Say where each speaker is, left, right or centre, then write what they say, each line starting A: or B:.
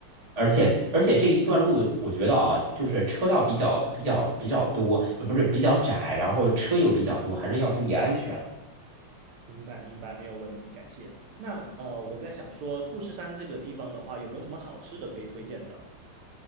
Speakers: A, on the right; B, on the right.
A: 而且而且这一段路，我觉得啊，就是车道比较比较比较多，呃不是比较窄，然后车又比较多，还是要注意安全。
B: 明白，明白，没有问题，感谢。那呃，我在想说，富士山这个地方的话，有没有什么好吃的可以推荐的？